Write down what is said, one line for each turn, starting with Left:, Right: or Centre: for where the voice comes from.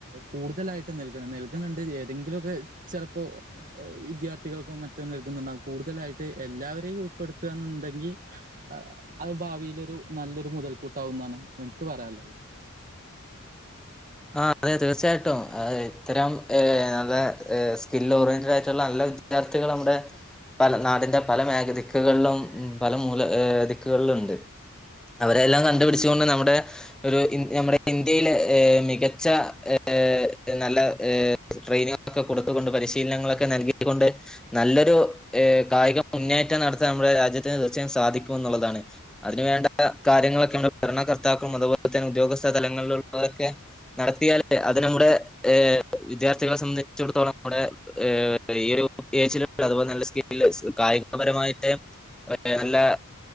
Right: കൂടുതലായിട്ടും നൽക നൽക്ണ് ണ്ട് ഏതെങ്കിലുമൊക്കെ ച പ്പോ വിദ്യാർത്ഥ- ത്ഥികൾക്കോ മറ്റോ നൽകുന്നുണ്ടാവും. കൂടുതലായിട്ട് എല്ലാവരെയും ഉൾപ്പെടുത്താന്നിണ്ടെങ്കിൽ ആഹ് അത് ഭാവിലൊരു നല്ലൊരു മുതൽക്കൂട്ടാവുംന്നാണ് എൻക്ക് പറയാള്ളെത്.
Centre: ആഹ് അതെ തീർച്ചയായിട്ടും. ആഹ് ഇത്തരം ഏഹ് നല്ല ഏഹ് സ്കിൽ ഓറിയന്റഡ് ആയിട്ടുള്ള നല്ല വിദ്യാർത്ഥികള് നമ്മുടെ പല നാടിന്റെ പല മേഖ ദിക്കുകളിലും ഇം പല മൂല ഏഹ് ദിക്കുകളിലിണ്ട്. അവരെ എല്ലാം കണ്ടുപിടിച്ചു കൊണ്ട് നമ്മടെ ഒരു ഇൻ നമ്മടെ ഇന്ത്യയിലെ ഏഹ് മി കച്ച ഏഹ് നല്ല ഏഹ് ട്രെയിനിങ് ഒക്കെ കൊടുത്തുകൊണ്ട് പരിശീലനങ്ങളൊക്കെ നൽകിക്കൊണ്ട്. നല്ലൊരു ഏഹ് കായിക മുന്നേറ്റം നടത്താൻ നമ്മുടെ രാജ്യത്തിന് തീർച്ചയായും സാധിക്കും എന്നുള്ളതാണ്. അതിന് വേണ്ട കാര്യങ്ങളൊക്കെ നമ്മുടെ ഭരണകർത്താക്കളും അതുപോലെ തന്നെ ഉദ്യോഗസ്ഥ തലങ്ങളിലുള്ളവരൊക്കെ നടത്തിയാല് അത് നമ്മുടെ ഏഹ് വിദ്യാർത്ഥികളെ സംബന്ധിച്ചിടത്തോളം നമ്മുടെ ഏഹ് ഈ ഒരു ഏജിലുള്ള അതുപോലെ നല്ല സ്കില്ല് കായികപരമായിട്ട് <unintelligible> നല്ല